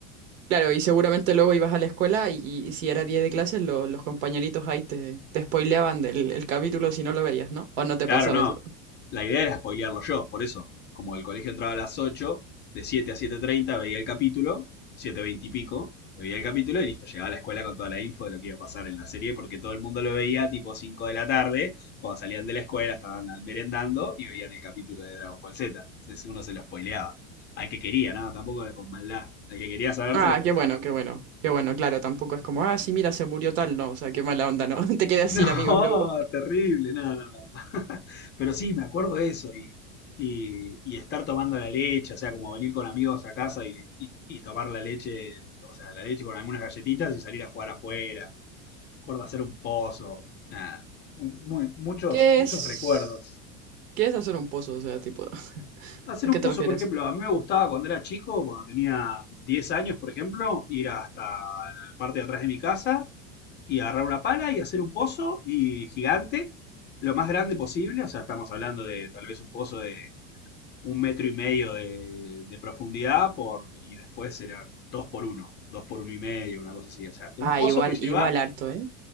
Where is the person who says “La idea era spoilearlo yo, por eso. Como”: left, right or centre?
Left